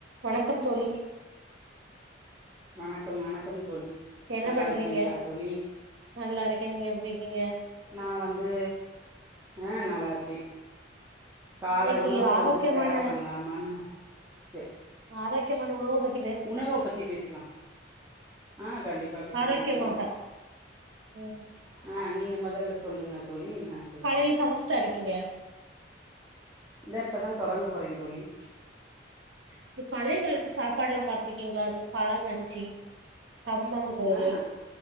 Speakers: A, on the right (about 75°); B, on the right (about 15°).
A: வணக்கம் தோழி
B: வணக்கம் வணக்கம் தோழி
A: என்ன
B: நல்லா
A: பண்றிங்க
B: இருக்கீங்களா தோழி
A: நல்லாருக்கே நீங்க எப்டி இருக்கிங்க
B: நா வந்து ஆ நல்லாருக்கே கால
A: இன்னைக்கு
B: உணவு
A: ஆரோக்கியமான
B: வந்து தயார் பண்லாமானு கே
A: ஆரோக்யமான உணவ ப
B: உணவ பத்தி பேசலா ஆ கண்டிப்பா பேசலா
A: ஆரோக்கியமாக
B: தோழி
A: ம்
B: ஆ நீங்க மொ தல்ல சொல்லுங்க தோழி நா பேசறே
A: காலையில சமைச்சுட்டா இருக்கீங்க
B: இந்த இப்ப தா தொடங்க போறேன் தோழி
A: இந்த பழைய காலத்து சாப்பாடலா பாத்திருக்கிங்ளா இந்த பழங்கஞ்சி கம்பங்கூளூ
B: ஆ